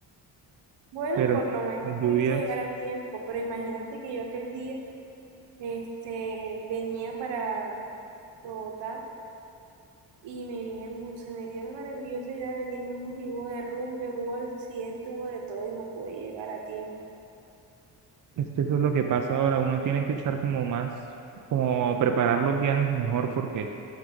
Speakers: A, on the right; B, on the right.
A: Bueno,
B: pero
A: por
B: no,
A: lo menos
B: las lluvias,
A: pudiste llegar a tiempo, pero imagínate que yo aquel día, este, venía para Bogotá y me vine en bus. Se me dio la maravillosa idea de venirme en bus y hubo derrumbe, hubo accidente, hubo de todo y no pude llegar a tiempo.
B: es que eso es lo que pasa ahora, uno tiene que estar como más, como preparar los viajes mejor porque